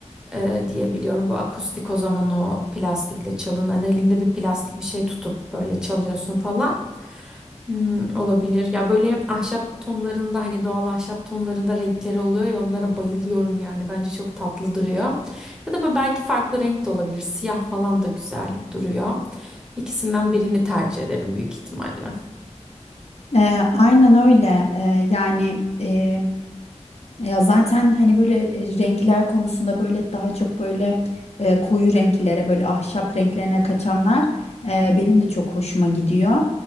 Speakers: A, in the centre; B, on the left.
A: ee, diye biliyorum. Bu akustik o zaman o plastikle çalınan elinde bir plastik bir şey tutup böyle çalıyorsun falan. Hmm, olabilir. Ya böyle ahşap tonlarında hani doğal ahşap tonlarında renkleri oluyor ya onlara bayılıyorum yani. Bence çok tatlı duruyor. Ya da böyle belki farklı renk de olabilir. Siyah falan da güzel duruyor. İkisinden birini tercih ederim büyük ihtimalle.
B: E, aynen öyle. E, yani e, Ya zaten hani böyle e, renkler konusunda böyle daha çok böyle e, koyu renklere böyle ahşap renklerine kaçanlar e, benim de çok hoşuma gidiyor.